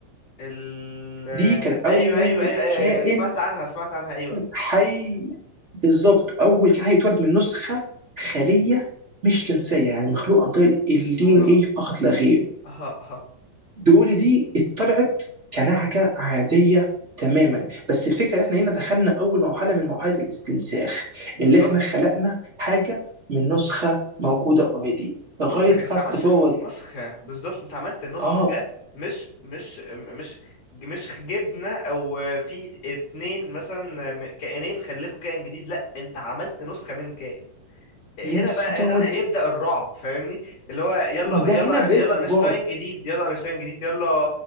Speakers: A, on the left; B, on the right.
A: ال
B: دي كان اول
A: ايوه ايوه ايوه ايوه
B: كائن
A: أيوة. أيوه، سمعت عنها سمعت عنها ايوه
B: حي بالظبط اول كان هيتولد من نسخه خليه مش جنسيه يعني مخلوق عن طريق الدي
A: اه
B: ان اي فقط لا غير
A: اه اه
B: دول دي اتطلعت كنعجه عاديه تماما بس الفكره ان احنا هنا دخلنا اول مرحله من مرحله الاستنساخ
A: بالظبط
B: اللي احنا خلقنا حاجه من نسخه موجوده اوريدي لغايه
A: نسخة
B: فاست
A: انت عملت
B: فورورد
A: نسخة بالظبط انت عملت نسخة
B: اه
A: مش مش مش مش جبنة او في اتنين مثلا كائنين خلفوا كائن جديد لا انت عملت نسخة من كائن هنا
B: يا سدود
A: بقى هنا بقى يبدأ الرعب فاهمني اللي هو يلا
B: ده
A: يلا
B: هنا بدايه
A: يلا
B: الرعب
A: اينشتاين جديد يلا اينشتاين جديد يلا